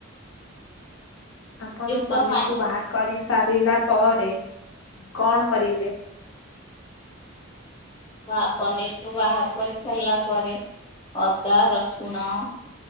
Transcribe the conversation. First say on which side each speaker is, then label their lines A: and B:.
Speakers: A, on the left; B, on the left.
A: ଆପଣ ପନିର
B: ତ ମା
A: କୁ ବାହାର କରି ସାରିଲା ପରେ <inaudible> କଣ କରିବେ?
B: ବା ପନିରକୁୁ ବାହାର କରି ସାରିଲା ପରେ। <inaudible> ଅଦା, ରସୁଣ